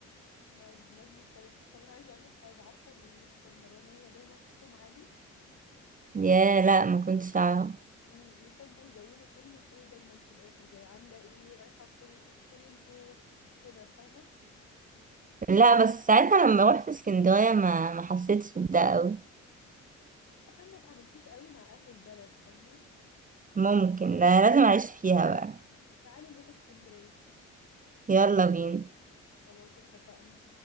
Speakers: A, on the left; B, on the right.
A: لا البلاد مختلفة طب أنا عايزة أقول لك حاجة عارفة إن الإسكندرانية دايما صوتهم عالي
B: يا لا ما كنتش اعرف
A: امم بيحبوا يزودوا كلمة ايه دايما في الآخر زي عاملة ايه رايحة في فين ايه كده فاهمة
B: لا بس ساعتها لما روحت اسكندريه ما ما حسيتش بده قوي
A: عشان ما اتعاملتيش قوي مع أهل البلد فاهمة
B: ممكن لا لازم اعيش فيها بقى
A: تعالي نروح اسكندرية
B: يلا بينا
A: خلاص اتفقنا